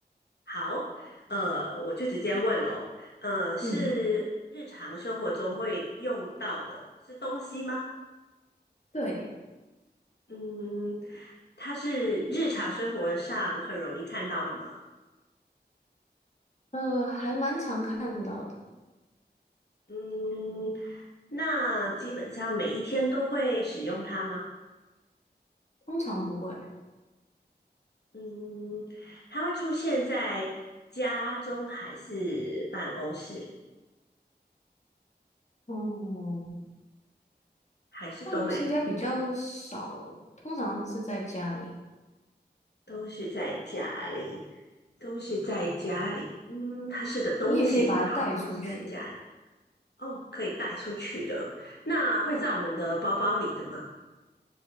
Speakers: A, on the left; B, on the left.
A: 好，呃，我就直接问喽，呃，是日常生活中会用到的，
B: 嗯，
A: 是东西吗？
B: 对，
A: 嗯，它是日常生活上很容易看到的吗？
B: 呃，还蛮常看到的，
A: 嗯，那基本上每一天都会使用它吗？
B: 通常不会。
A: 嗯，它会出现在家中还是办公室，
B: 嗯，
A: 还是都没有？
B: 办公室应该比较少，通常是在家里。
A: 都是在家里，都是在家里。嗯，它是个东西，
B: 你也可以把它带出去。
A: 然后都是在家里。哦，可以带出去的。那会在我们的包包里的吗？
B: 对，